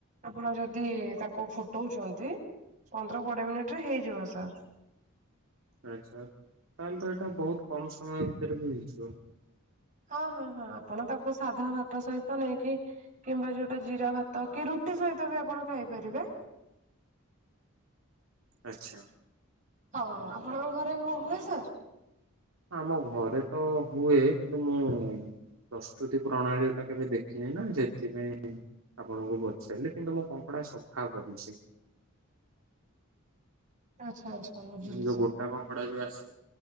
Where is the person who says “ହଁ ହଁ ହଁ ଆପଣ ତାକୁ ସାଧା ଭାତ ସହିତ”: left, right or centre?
Right